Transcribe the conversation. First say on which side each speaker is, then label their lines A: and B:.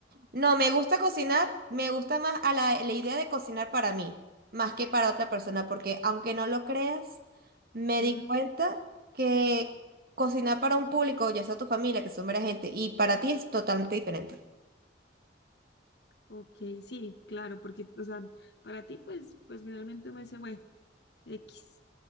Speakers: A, on the right; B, on the left.
A: No, me gusta cocinar, me gusta más a la, la idea de cocinar para mí, más que para otra persona, porque aunque no lo creas, me
B: Mm,
A: di cuenta que cocinar para un público, ya sea tu familia, que son varias gente, y para ti es totalmente diferente.
B: ok, sí, claro, porque, o sea, para ti, pues, pues finalmente me dice, bueno, X.